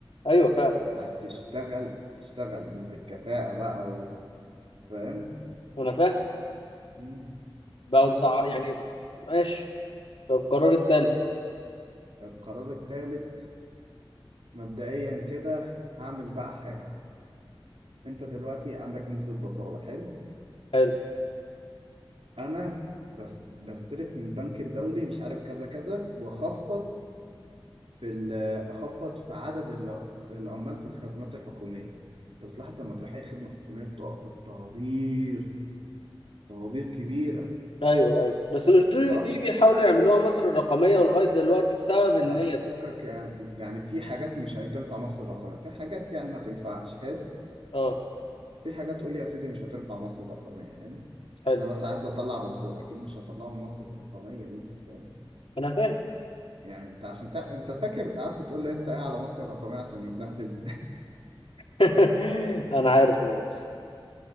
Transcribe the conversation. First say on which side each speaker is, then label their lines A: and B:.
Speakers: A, on the left; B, on the right.
A: ايوه فعلا
B: عايز تشتغل اشتغل مش بالكفاءة بقى و- فاهم
A: انا فاهم
B: مم.
A: بقوا
B: ده
A: مسعر
B: طبعا
A: يعني ماشي طب القرار التالت
B: القرار الثالث مبدئيا كده هعمل بقى حاجة انت دلوقتي عندك نسبة بطالة حلو
A: حلو
B: انا بس بستلف من البنك الدولي مش عارف كذا كذا واخفض في ال- اخفض في عدد الع- العمال في الخدمات الحكومية انت بتلاحظ لما تروح اي خدمة حكومية بتقف في الطوابير طوابير كبيرة
A: ايوه ايوه بس مش دي
B: صح؟
A: دي بيحاولوا يعملوها مصر الرقميه ولغايه دلوقتي بسبب الناس
B: لا فوقك يعني يعني في حاجات مش هتنفع مصر الرقمية في حاجات يعني ما تنفعش حلو
A: اه
B: في حاجات قول لي يا سيدي مش هتنفع مصر الرقمية حلو
A: حلو
B: انا مثلا عايز اطلع باسبور اكيد مش هطلعه من مصر الرقمية دي فاهم
A: انا فاهم
B: يعني انت عشان تق... انت فاكر قعدت تقول لي انت ايه على مصر الرقمية عشان يتنفذ <laughs>
A: <laughs> انا عارف يا باشا